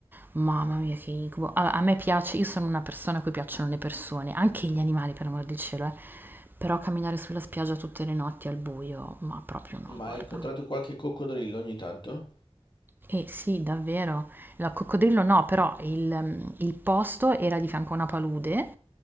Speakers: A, on the right (about 20°); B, on the left (about 50°).
A: Mamma mia, che incubo. A, a me piace, io sono una persona a cui piacciono le persone, anche gli animali, per amor del cielo, eh. Però camminare sulla spiaggia tutte le notti al buio, ma proprio no,
B: Ma
A: guarda.
B: hai incontrato qualche coccodrillo ogni tanto?
A: Eh sì, davvero. La coccodrillo no, però il, mm, il posto era di fianco a una palude